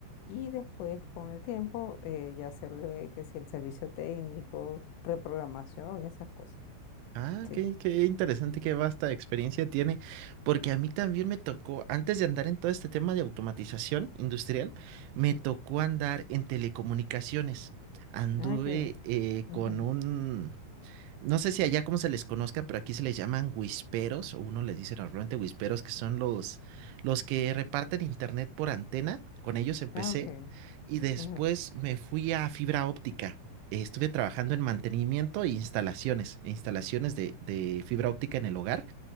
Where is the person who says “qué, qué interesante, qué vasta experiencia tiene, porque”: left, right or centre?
Right